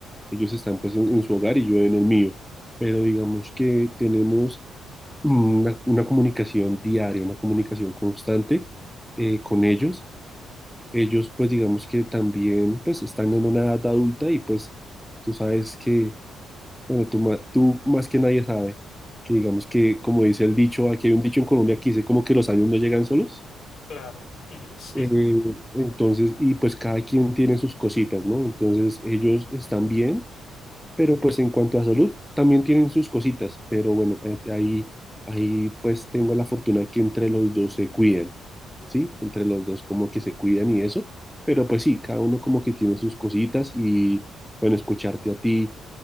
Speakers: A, in the centre; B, on the left (about 60°).
A: ellos están pues en, en su hogar y yo en el mío, pero digamos que tenemos mm, una, una comunicación diaria, una comunicación constante eh, con ellos. Ellos pues digamos que también pues están en una edad adulta y pues tú sabes que Bueno, tú, ma- tú más que nadie sabe que digamos que, como dice el dicho, aquí hay un dicho en Colombia que dice como que los años no llegan solos.
B: Claro. Ujú.
A: Eh,
B: <laughs>
A: entonces, y pues cada quien tiene sus cositas, ¿no? Entonces ellos están bien, pero pues en cuanto a salud también tienen sus cositas, pero bueno, eh, ahí, ahí pues tengo la fortuna de que entre los dos se cuidan, ¿sí? Entre los dos como que se cuidan y eso, pero pues sí, cada uno como que tiene sus cositas y bueno, escucharte a ti